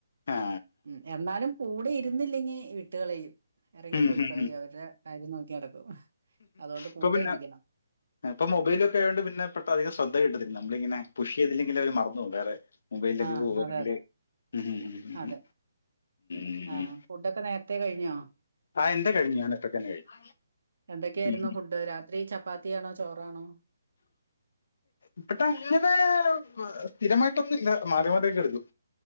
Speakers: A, on the left (about 55°); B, on the right (about 70°).
A: ആ
B: ഉം എന്നാലും കൂടെ ഇരുന്നില്ലെങ്കി വിട്ടുകളയും ഇറങ്ങി
A: ഉം,
B: പോയിക്കളയും
A: ഉം,
B: അവരുടെ കാര്യം നോക്കി നടക്കും അതുകൊണ്ട് കൂടെ
A: അപ്പൊ പിന്നെ
B: ഇരിക്കണം
A: ഇപ്പൊ മൊബൈലൊക്കെ ആയോണ്ട് പിന്നെ ഇപ്പ അധികം ശ്രദ്ധ കിട്ടില്ല നമ്മളിങ്ങനെ പുഷ് ചെയ്തില്ലെങ്കിൽ അവരെ മറന്നു പോകും വേറെ മൊബൈലിലൊക്കെ
B: ആഹ്
A: പോവാ അല്ലെങ്കിൽ
B: അതെ അതെ
A: ഉം ഉം
B: അതെ
A: ഉം
B: ആഹ്
A: ഉം
B: ഫുഡൊക്കെ നേരത്തെ കഴിഞ്ഞോ
A: ആ എന്റെ കഴിഞ്ഞു ഞാൻ ഇപ്പൊ തന്നെ കഴിഞ്ഞു
B: എന്തൊക്കെയായിരുന്നു
A: ഉം.
B: ഫുഡ് രാ ത്രി ചപ്പാത്തിയാണോ ചോറാണോ
A: ഇപ്പട്ടെ അങ്ങനെ സ്ഥിരമായിട്ടൊന്നുല്ല മാറി മാറിയൊക്കെ എടുക്കും